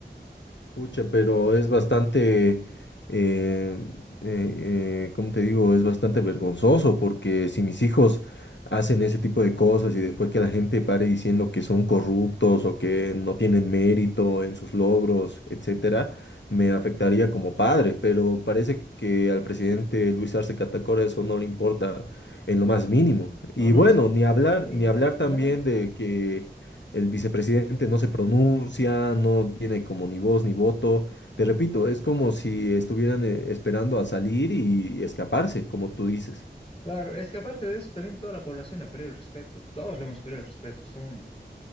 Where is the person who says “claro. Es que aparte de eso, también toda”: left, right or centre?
Left